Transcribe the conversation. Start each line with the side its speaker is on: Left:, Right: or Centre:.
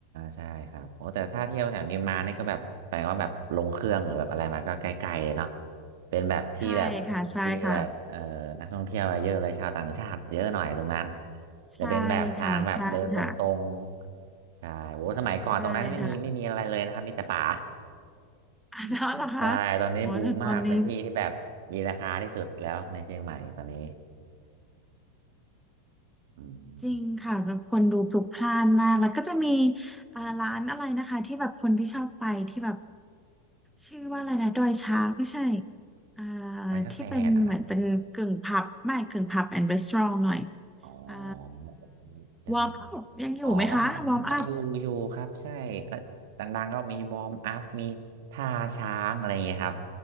Right: ใช่ครับโอ้แต่ถ้าเที่ยวแถวนี้มานี่ก็แบบแปลว่าแบบลงเครื่องหรือแบบอะไรมาก็ใกล้ๆเนาะเป็นแบบที่แบบ
Centre: ใช่ค่ะใช่ค่ะ
Right: ที่แบบเอ่อนักท่องเที่ยวเยอะเลยชาวต่างชาติเยอะหน่อยตรงนั้น
Centre: ใช่ค่ะใช่ค่ะ
Right: จะเป็นแบบทางแบบเดินตรงๆใช่โอ้สมัยก่อนตรงนั้นไม่มีไม่มีอะไรเลยนะครับมีแต่ป่า
Centre: ใช่ค่ะ <laughs> อ้าวแล้วเหรอคะ
Right: <laughs> ใช่ตอนนี้บูมมากเป็นที่ที่แบบมีราคาที่สุดแล้วในเชียงใหม่ตอนนี้
Centre: โอ้ยตอนนี้
Right: <laughs> อืม
Centre: จริงค่ะแบบคนดูพลุกพล่านมากแล้วก็จะมีอ่าร้านอะไรนะคะที่แบบคนที่ชอบไปที่แบบ
Right: อ่า
Centre: ชื่อว่าอะไรนะดอยช้างไม่ใช่อ่า
Right: ร้านกาแฟนะครับ
Centre: ที่เป็นเหมือนเป็นกึ่งผับไม่กึ่งผับแอนด์รีสอร์ทหน่อย
Right: อ๋อ
Centre: อ่า
Right: ผมจะมี
Centre: วอร์มอัพยังอยู่ไหมคะวอร์มอัพ
Right: อ๋ออ๋อ อยู่ อยู่ครับ ใช่ก็ดังๆก็มีวอร์มอัพ มีท่าช้างอะไรอย่างเงี้ยครับ